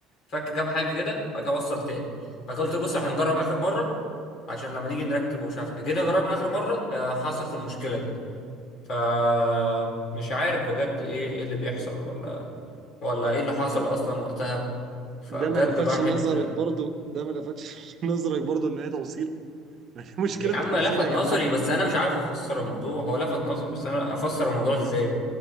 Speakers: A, on the left; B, on the right.
A: فك كام حاجه كده بعد كده وصل تاني بعد كده قلت له بص احنا هنجرب اخر مره عشان لما نيجي نركب ومش عارف إيه. جينا جربنا اخر مره آه، حصلت المشكله دي فمش عارف بجد ايه ايه اللي بيحصل ولا ولا ايه اللي حصل
B: طب
A: اصلا وقتها فبجد
B: ده ما لفتش
A: الواحد
B: نظرك برضو ده ما لفتش <laughs> نظرك برضو ان هي توصيل <laughs> مشكله
A: يا
B: توصيل
A: عم لفت
B: يا جماعه
A: نظري بس انا مش عارف افسر الموضوع هو لفت نظري بس انا افسر الموضوع ده ازاي